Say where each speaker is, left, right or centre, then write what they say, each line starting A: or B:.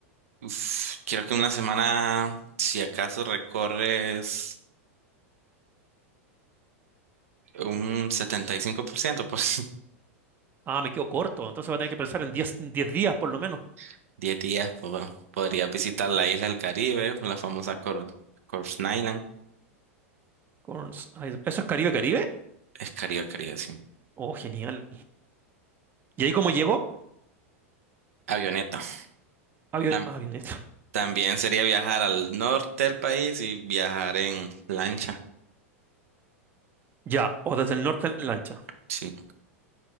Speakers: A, on the right; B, on the right.
A: Uf, Creo que una semana, si acaso recorres un 75%, pues
B: Ah, me quedo corto, entonces voy a tener que pensar en 10 10 días por lo menos.
A: <laughs> 10 días, pues bueno, podrías visitar la isla del Caribe, la famosa Cor Corse Island,
B: Con- ay, ¿Eso es Caribe, Caribe?
A: es Caribe, Caribe, sí.
B: Oh, genial. ¿Y ahí cómo llego?
A: Avioneta.
B: Avión,
A: Tam-
B: avioneta.
A: también sería viajar al norte del país y viajar en lancha,
B: Ya, o desde el norte en lancha.
A: sí.